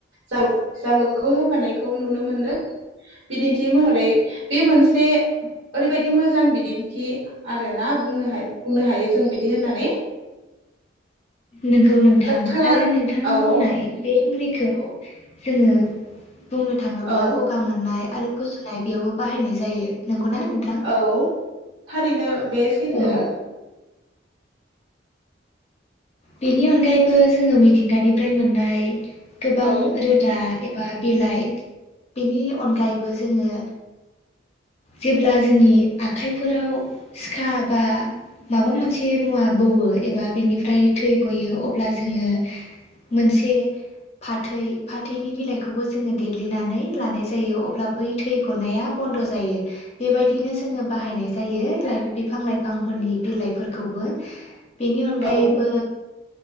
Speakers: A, on the right (about 75°); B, on the left (about 35°).
A: जालु जालुकखौबो होफानायखौ नुनो मोनदों बिदिन्थि महरै बे मोनसे ओरैबायदि मोजां बिदिन्थि आरो ना बुं बुंनो हायो जों बिदि होननानै
B: नोंगौ नोंथां
A: नोंथाङा
B: आरो नोंथाङा
A: औ
B: बुंनाय बे मुलिखौ जोङो बुंनो थाङोब्ला
A: औ
B: गगा मोननाय आरो गुजुनाय बेयावबो बाहायनाय जायो नंगौना? नोंथां?
A: औ थारैनो नो‌ बे सैथो
B: औ बेनि अनगायैबो जोङो मिथिंगानिफ्राय मोननाय गोबां
A: औ
B: रोदा बा बिलाइ बेनि अनगायैबो जोङो जेब्ला जोंनि आखाइफोराव सिखा बा माबा मोनसे मुवा बौवो एबा बेनिफ्राय थै गयो अब्ला जोङो मोनसे फाथै फाथैनि बिलाइखौबो जोङो देग्लिनानै लानाय जायो अब्ला बै थै गनाया बन्द' जायो बेबायदिनो जोङो बाहायनाय जायो बिफां लाइफांफोरनि बिलाइफोरखौबो बेनि अनगायैबो
A: औ